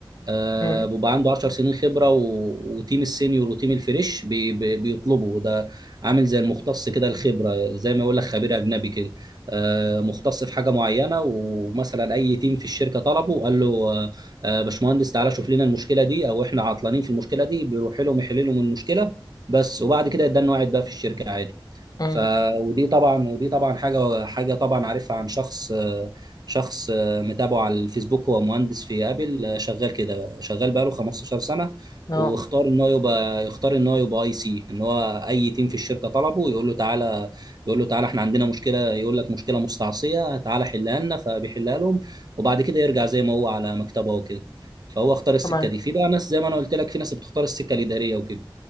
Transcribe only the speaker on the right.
آه،
بيبقى عنده 10 سنين خبره و... وتيم السينيور وتيم الفريش بي... بي... بيطلبه ده عامل زي المختص كده الخبره زي ما يقول لك خبير اجنبي كده آه، مختص في حاجه معينه ومثلا اي تيم في الشركه طلبه قال له آه، آه، باشمهندس تعالى شوف لنا المشكله دي او احنا عطلانين في المشكله دي بيروح لهم يحل لهم المشكله بس وبعد كده يدان قاعد بقى في الشركه عادي
ف ودي طبعا ودي طبعا حاجه حاجه طبعا عارفها عن شخص آه، شخص آه، متابعه على الفيسبوك هو مهندس في ابل آه، شغال كده شغال بقاله 15 سنه
واختار ان هو يبقى يختار ان هو يبقى اي سي ان هو اي تيم في الشركه طلبه يقول له تعالى يقول له تعالى احنا عندنا مشكله يقول لك مشكله مستعصيه تعالى حلها لنا فبيحلها لهم وبعد كده يرجع زي ما هو على مكتبه وكده فهو اختار السكه
دي في بقى ناس زي ما انا قلت لك في ناس بتختار السكه الاداريه وكده